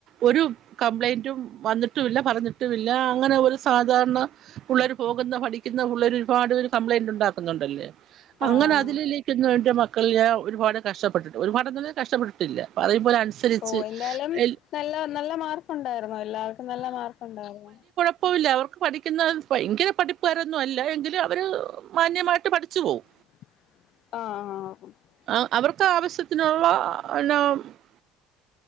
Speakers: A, on the right (about 50°); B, on the left (about 55°).
A: ഒരു കംപ്ലൈയിൻറ്റും വന്നിട്ടുമില്ല പറഞ്ഞിട്ടുമില്ല അങ്ങനെ ഒരു സാധാരണ പിള്ളേര് പോകുന്ന പഠിക്കുന്ന പിള്ളർ ഒരുപാട് പേര് കംപ്ലൈന്റ് ഉണ്ടാക്കുന്നുണ്ടല്ലേ
B: ആഹ്
A: അങ്ങനെ
B: ആഹ്
A: അതില ഇന്നും എന്റ മക്കള ഒരുപാട് കഷ്ടപ്പെട്ടിട്ട് ഒരുപാടൊന്നും കഷ്ടപ്പെട്ടിട്ടില്ലാ അതേപോലെ അനുസ അനുസരിച്ച്
B: ഓഹ് എന്തായാലും
A: എൽ
B: നല്ല നല്ല മാർക്ക് ഉണ്ടായിരുന്നോ എല്ലാവർക്കും നല്ല മാർക്ക് ഉണ്ടായിരുന്നോ?
A: കൊഴപ്പല്ല അവർക്ക് പഠിക്കുന്ന ഭയങ്കര പഠിപ്പുകാരൊന്നും അല്ല എങ്കിലും അവര് മാന്യമായിട്ട് പഠിച്ചു പോവും.
B: ആഹ് ആഹ്
A: ആഹ് അവർക്ക് ആവശ്യത്തിനുള്ള <unintelligible>